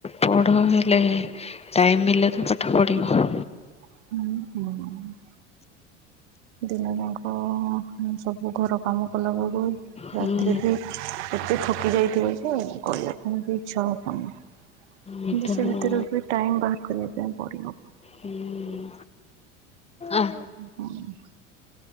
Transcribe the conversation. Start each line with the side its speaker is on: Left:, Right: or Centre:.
Left: ପଢ଼ ହେଲେ ଟାଇମ୍ ମିଲେ ତ ପାଠ ପଢ଼ିବ।
Right: ହୁଁ ହୁଁ। ଦିନ ଯାଙ୍କ ସବୁ ଘର କାମ କଲାବେକୁ
Left: ହୁଁ
Right: ରାତିରେ ବି ଏତେ ଥକି ଯାଇଥିବ ଯେ ଆ କରିବା ପୁଣି ଇଚ୍ଛା ହେବନି।
Left: ଏଇଟା
Right: କିନ୍ତୁ ସେ
Left: ହୁଁ
Right: ଭିତରେ ବି ଟାଇମ ବାହାର କରିବା ପାଇଁ ପଡ଼ିବ।
Left: ହୁଁ ଆ।
Right: ହୁଁ।